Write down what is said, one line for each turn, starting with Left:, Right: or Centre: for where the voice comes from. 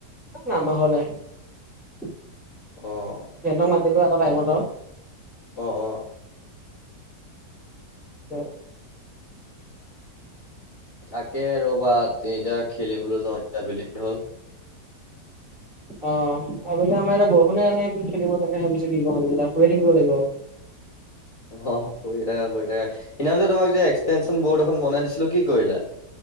Centre: না আমাৰ ঘৰলৈ আহে।
Left: অ'।
Centre: সেন্তক মাতি এটা টাইমত আৰু
Left: অ', অ'।
Centre: আৰু।
Left: তাকে ৰবা তিনিতয়া খেলিবলৈ যাওঁ এতিয়া বেলি হ'ল।
Centre: অ', আবিলে আমাৰ এতিয়া বৰষুণে আনে কি খেলিব তাকে ভাবিছো কি কয়ো শুই থাকিব লাগিব।
Left: অ', শুই থাকা, থাকা‌ সিদিনা খন তোমাক যে এক্সটেনশ্যন বৰ্ড এখন বনাই দিছিলো কি কৰিলা?